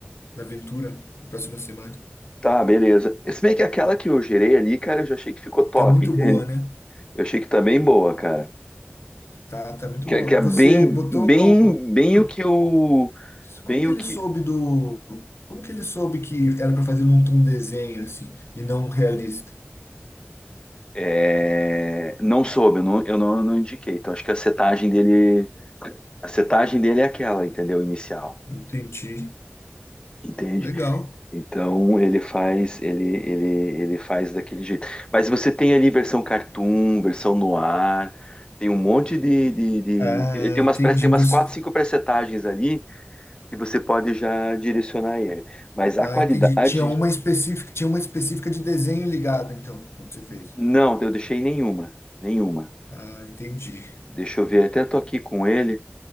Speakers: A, on the left; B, on the left.
A: na aventura na próxima semana.
B: tá, beleza. Se bem que aquela que eu gerei ali, cara, eu já achei que ficou top,
A: Tá muito
B: entende?
A: boa, né?
B: Eu achei que tá bem boa, cara.
A: Tá, tá muito
B: Que,
A: boa.
B: é que é bem,
A: Você botou,
B: bem, bem
A: por-
B: o que eu, bem
A: como que
B: o
A: ele
B: que
A: soube do, como que ele soube que era para fazer um, um desenho assim e não realista?
B: é, não soube, eu não, eu não, não indiquei. Então acho que a setagem dele, a setagem dele é aquela, entendeu? Inicial,
A: Entendi.
B: entende?
A: Legal.
B: Então ele faz ele, ele, ele faz daquele jeito. Mas você tem ali versão cartoon, versão noir, tem um monte de, de, de-
A: Ah,
B: ele tem umas
A: entendi.
B: pre- tem umas
A: Você,
B: quatro, cinco presetagens ali que você pode já direcionar ele. Mas
A: ah,
B: a qualidade,
A: entendi. Tinha uma específica, tinha uma específica de desenho ligada, então, quando você fez.
B: não, eu deixei nenhuma, nenhuma.
A: Ah, entendi.
B: Deixa eu ver, até tô aqui com ele,